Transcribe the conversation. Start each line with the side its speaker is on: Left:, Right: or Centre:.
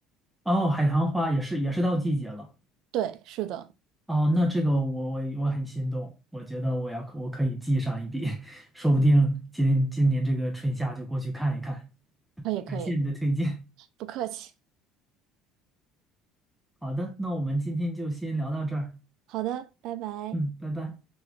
Centre: 哦，海棠花也是也是到季节了。
Right: 对，是的，
Centre: 哦，那这个我我我很心动，我觉得我要我可以记上一笔，<laughs> 说不定今今年这个春夏就过去看一看。
Right: 可以可以，
Centre: 感谢你的推荐。
Right: 不客气。
Centre: 好的，那我们今天就先聊到这儿。
Right: 好的，拜拜。
Centre: 嗯，拜拜。